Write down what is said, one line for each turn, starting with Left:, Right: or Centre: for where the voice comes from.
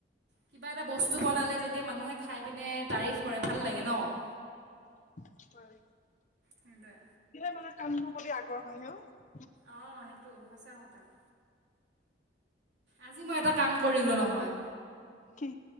Right: কিবা এটা বস্তু বনালে যেতিয়া মানুহে খাই পিনে তাৰিফ কৰে ভাল লাগে ন ।
Left: অ হয়
Right: সেইটোৱে
Left: সাই মানে কামবোৰ প্ৰতি আগ্ৰহ আহে অ ।
Right: অ সেইটো সঁচা কথা । আজি মই এটা কাম কৰিলো নহয়,
Left: কি